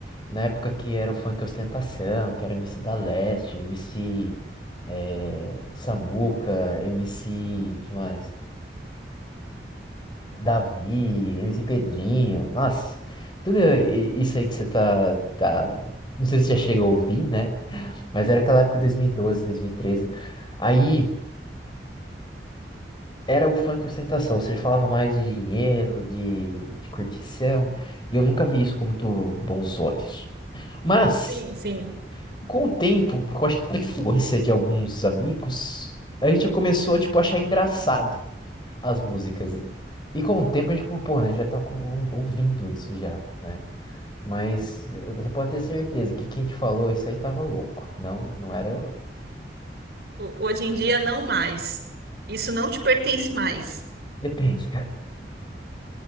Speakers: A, on the left; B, on the right.
A: Na época que era o funk ostentação, que era MC da Leste, MC eh, Samuca, MC, que mais? Davi, MC Pedrinho, nossa, tudo i- isso aí que você tá, tá. Não sei se já chega a ouvir, né? Mas era aquela época de 2012, 2013. Aí era o funk ostentação. Você falava mais de dinheiro, de, de curtição. E eu nunca vi isso com muito bons olhos. Mas,
B: sim. sim.
A: com o tempo, porque eu acho que com a influência de alguns amigos, a gente começou a, tipo, achar engraçado as músicas. E com o tempo a gente falou, pô, né, já tá com- ou- ouvindo isso já, né? Mas eh, você pode ter certeza que quem te falou isso aí tava louco. Não, não era eu, não.
B: ho- hoje em dia não mais. Isso não te pertence mais. <laughs>
A: Depende.